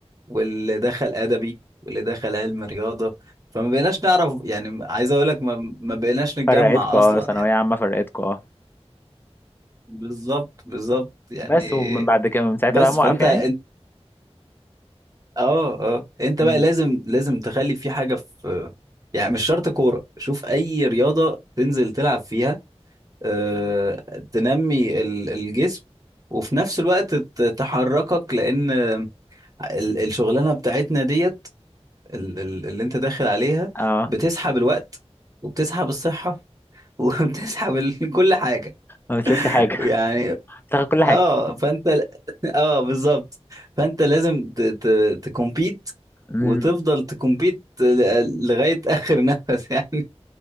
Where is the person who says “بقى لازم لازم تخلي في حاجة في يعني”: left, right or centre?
Right